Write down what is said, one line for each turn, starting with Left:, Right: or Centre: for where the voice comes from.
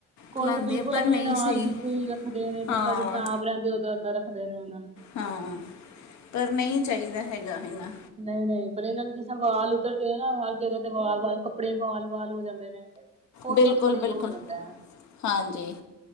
Right: ਕੋਈ
Left: ਖਿਲਾਉਂਦੇ
Right: ਤੇ ਬਿਲਕੁਲ
Left: ਆ ਪਰ
Right: ਆਪਣੇ
Left: ਨਹੀਂ
Right: ਨਾਲ
Left: ਸਹੀ
Right: ਬਿਲਕੁਲ ਰੱਖਦੇ ਨੇ ਜਿਸ
Left: ਹਾਂ
Right: ਤਰ੍ਹਾਂ ਜ ਸਾਂ ਆਪ ਰਹਿੰਦੇ ਓਦਾਂ ਓਦਾਂ ਰੱਖਦੇ ਨੇ ਇਹਨਾਂ ਨੇ
Left: ਹਾਂ ਪਰ ਨਹੀਂ ਚਾਹੀਦਾ ਹੈਗਾ ਹੈ ਐਨਾ
Right: ਨਹੀਂ ਨਹੀਂ ਪਰ ਇਹਨਾਂ ਨੂੰ ਜਿਸ ਤਾਂ ਵਾਲ ਉਤਰਦੇ ਆ ਨਾ ਹਰ ਜਗ੍ਹਾ ਤੇ ਵਾਲ ਵਾਲ ਕੱਪੜੇ ਵਾਲ ਵਾਲ ਹੋ ਜਾਂਦੇ ਨੇ ਉੱਥੋਂ
Left: ਬਿਲਕੁਲ
Right: ਥੋੜ੍ਹੀ
Left: ਬਿਲਕੁਲ
Right: ਉਹ ਹੋ ਜਾਂਦਾ ਹੈ
Left: ਹਾਂਜੀ